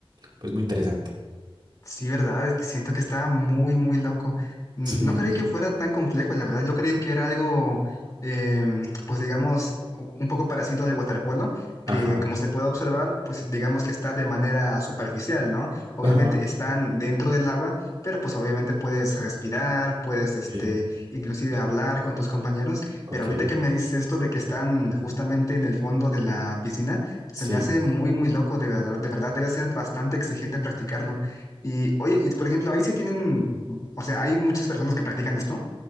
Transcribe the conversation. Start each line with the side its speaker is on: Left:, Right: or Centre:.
Right: Pues muy interesante.
Left: Sí, verdad, es que siento que está muy, muy loco. N-
Right: Sí,
Left: No creí que fuera tan complejo, la verdad. Yo creí que era algo, em, pues digamos, u- un poco parecido al waterpolo,
Right: ajá,
Left: que como se puede observar, pues digamos que está de manera superficial, ¿no? Obviamente
Right: ajá,
Left: están dentro del agua, pero pues obviamente puedes respirar, puedes, este,
Right: sí,
Left: inclusive hablar con tus compañeros.
Right: ok,
Left: Pero ahorita que me dices esto de que están justamente en el fondo de la piscina, se
Right: sí.
Left: me hace muy, muy loco, de verdad, de verdad, debe ser bastante exigente practicarlo. Y oye, y por ejemplo, ahí sí tienen, o sea, hay muchas personas que practican esto.